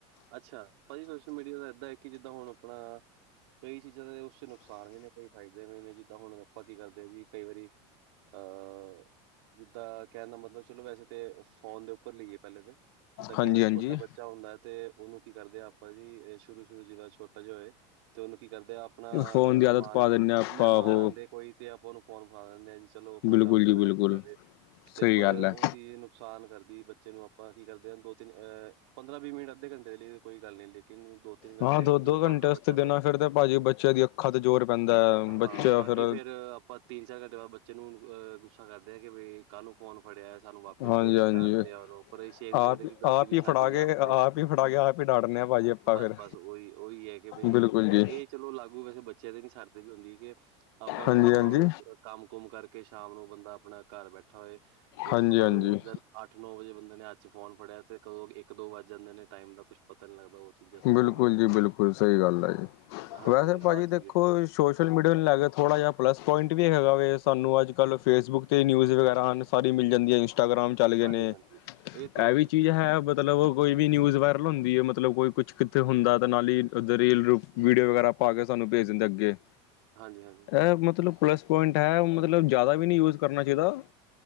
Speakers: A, on the right; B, on the left.
A: ਅੱਛਾ ਭਾਜੀ ਸੋਸ਼ਲ ਮੀਡੀਆ ਦਾ ਏਦਾਂ ਹੈ, ਕਿ ਜਿੱਦਾਂ ਹੁਣ ਆਪਣਾ, ਕਈ ਚੀਜ਼ਾਂ ਦੇ ਉਸ ਚ ਨੁਕਸਾਨ ਵੀ ਨੇ ਕਈ ਫਾਇਦੇ ਵੀ ਨੇ, ਜਿੱਦਾਂ ਹੁਣ ਆਪਾਂ ਕੀ ਕਰਦੇ ਹਾਂ ਜੀ ਕਈ ਵਾਰੀ, <unintelligible> ਜਿੱਦਾਂ ਕਹਿਣ ਦਾ ਮਤਲਬ ਚਲੋ, ਵੈਸੇ ਤੇ ਫ਼ੋਨ ਦੇ ਉੱਪਰ ਲਈਏ ਪਹਿਲੇ ਦੇ ਜਿੰਦਾਂ
B: ਹਾਂਜੀ
A: ਕਈ ਵਾਰੀ
B: ਹਾਂਜੀ
A: ਛੋਟਾ ਬੱਚਾ ਹੁੰਦਾ ਹੈ, ਤੇ ਉਹਨੂੰ ਕੀ ਕਰਦੇ ਆ ਆਪਾਂ ਜੀ ਸ਼ੁਰੂ-ਸ਼ੁਰੂ ਜਾ ਛੋਟਾ ਜਿਹਾ ਹੋਏ ਤੇ ਉਹਨੂੰ ਕੀ ਕਰਦੇ ਆ ਆਪਣਾ
B: ਫੋਨ
A: ਕੋਈ ਮਹਿਮਾਨ-ਮਹਿਮਾਨ
B: ਦੀ ਆਦਤ ਪਾ ਦਿੰਦੇ ਹਾਂ ਆਪਾਂ ਉਹ
A: ਆਉਂਦੇ, ਕੋਈ ਤੇ ਆਪਾਂ ਉਹਨੂੰ ਫੋਨ ਫਡਾ ਲੈਂਦੇ ਆ ਜੀ ਚਲੋ, ਆਪਣਾ
B: ਬਿਲਕੁਲ
A: ਕੰਮ ਥੋੜਾ
B: ਜੀ
A: ਜਿਹਾ
B: ਬਿਲਕੁਲ
A: ਨਿਕਲ ਜਾਏ, ਤੇ
B: ਸਹੀ
A: ਪਰ
B: ਗੱਲ
A: ਉਹ
B: ਹੈ
A: ਚੀਜ਼ ਨੂੰ ਨੁਕਸਾਨ ਕਰਦੀ ਬੱਚੇ ਨੂੰ ਆਪਾਂ ਕੀ ਕਰਦੇ ਹਾਂ, ਦੋ ਤਿੰਨ ਅਹ ਪੰਦਰਾਂ ਵੀਹ ਮਿੰਟ ਅੱਧੇ ਘੰਟੇ ਲਈ ਕੋਈ ਗੱਲ ਨਹੀਂ ਲੇਕਿਨ ਦੋ ਤਿੰਨ ਘੰਟੇ
B: ਹਾਂ ਦੋ
A: ਜਦੋਂ
B: ਦੋ ਘੰਟੇ
A: ਫੜਦਾ ਬੱਚਾ,
B: ਵਾਸਤੇ ਦੇਣਾ
A: ਫਿਰ
B: ਤਾਂ ਭਾਜੀ ਬੱਚਿਆਂ ਦੀ ਅੱਖਾਂ ਤੇ ਜ਼ੋਰ ਪੈਂਦਾ ਹੈ। ਬੱਚਾ
A: ਹਾਂ ਬਾਕੀ
B: ਫਿਰ
A: ਫੇਰ ਆਪਾਂ ਤਿੰਨ ਚਾਰ ਘੰਟੇ ਬਾਅਦ ਬੱਚੇ ਨੂੰ ਅਹ ਗੁੱਸਾ ਕਰਦੇ ਆ ਕਿ ਕਾਹਨੂੰ ਫੋਨ ਫੜਿਆ ਸਾਨੂੰ ਵਾਪਿਸ
B: ਹਾਂਜੀ
A: ਦੇ ਅਸੀਂ
B: ਹਾਂਜੀ
A: ਡਾਂਡਦੇ ਹਾਂ, ਉਹਨੂੰ ਪਰ ਐ ਨੀ
B: ਆਪ
A: ਦੇਖਦੇ, ਕਿ ਗਲਤੀ
B: ਆਪ
A: ਵੀ
B: ਹੀ
A: ਸਾਡੀ
B: ਫੜਾ ਕੇ
A: ਆ ਆਪਾਂ
B: ਆਪ ਹੀ ਫੜਾ ਕੇ ਆਪ ਹੀ ਡਾਂਟਦੇ ਹਾਂ ਭਾਜੀ ਆਪਾਂ
A: ਬਸ-ਬਸ
B: ਫਿਰ
A: ਉਹੀ ਉਹੀ ਹੈ, ਕਿ ਬਈ
B: ਬਿਲਕੁਲ ਜੀ
A: ਇਹ ਚਲੋ ਲਾਗੂ ਵੈਸੇ ਬੱਚੇ ਬੱਚੇ ਦੇ ਸਰਦ ਵੀ ਹੁੰਦੀ ਹੈ, ਕਿ ਆਪਾਂ
B: ਹਾਂਜੀ
A: ਵੀ ਜਿੱਦਾਂ
B: ਹਾਂਜੀ
A: ਹੁਣ ਕੰਮ ਕੁਮ ਕਰਕੇ ਸ਼ਾਮ ਨੂੰ ਬੰਦਾ ਆਪਣਾ ਘਰ ਬੈਠਾ ਹੋਏ, ਤੇ ਉਸ
B: ਹਾਂਜੀ
A: ਤੋਂ ਬਾਅਦ
B: ਹਾਂਜੀ
A: ਅੱਠ ਨੌ ਵਜੇ ਬੰਦੇ ਨੇ ਹੱਥ ਚ ਫੋਨ ਫੜਿਆ, ਤੇ ਕਦੋਂ ਇੱਕ ਦੋ ਵੱਜ ਜਾਂਦੇ ਨੇ ਟਾਈਮ ਦਾ ਕੁਛ ਪਤਾ ਨੀ ਲਗਦਾ ਉਹ ਚੀਜ਼ਾਂ, ਸਾਰੀਆਂ
B: ਬਿਲਕੁਲ
A: ਹੁੰਦੀਆਂ।
B: ਜੀ ਬਿਲਕੁਲ, ਸਹੀ ਗੱਲ ਆ ਜੀ
A: ਹਾਂਜੀ
B: ਵੈਸੇ ਭਾਜੀ
A: ਆਹ
B: ਦੇਖੋ
A: ਚੀਜ਼ ਹੈ
B: ਸ਼ੋਸ਼ਲ ਮੀਡੀਆ ਨੂੰ ਲੈ ਕੇ ਥੋੜ੍ਹਾ ਜਿਹਾ, ਪਲੱਸ ਪੁਆਇੰਟ ਵੀ ਇਹ ਹੈਗਾ ਵੀ ਸਾਨੂੰ ਅੱਜ-ਕੱਲ੍ਹ ਫੇਸਬੁੱਕ 'ਤੇ ਨਿਊਜ਼ ਵਗੈਰਾ ਹਨ। ਸਾਰੀ ਮਿਲ ਜਾਂਦੀ ਹੈ, ਇੰਸਟਾਗ੍ਰਾਮ ਚੱਲ ਗਏ
A: ਹਾਂਜੀ-ਹਾਂਜੀ
B: ਨੇ
A: ਤੇ
B: ਇਹ
A: ਹੈ
B: ਵੀ
A: ਭਾਜੀ
B: ਚੀਜ਼ ਹੈ, ਮਤਲਬ ਕੋਈ ਵੀ ਨਿਊਜ਼ ਵਾਇਰਲ ਹੁੰਦੀ ਹੈ, ਮਤਲਬ ਕੋਈ ਕੁਛ ਕਿੱਥੇ ਹੁੰਦਾ ਤਾਂ ਨਾਲ ਹੀ ਉੱਧਰ ਰੀਲ-ਰੂਲ ਵੀਡੀਓ ਵਗੈਰਾ ਪਾ ਕੇ ਸਾਨੂੰ ਭੇਜ ਦਿੰਦੇ ਅੱਗੇ,
A: ਹਾਂਜੀ- ਹਾਂਜੀ।
B: ਇਹ ਮਤਲਬ ਪਲੱਸ ਪੁਆਇੰਟ ਹੈ ਮਤਲਬ ਜ਼ਿਆਦਾ ਵੀ ਨਹੀਂ ਯੂਜ ਕਰਨਾ ਚਾਹੀਦਾ।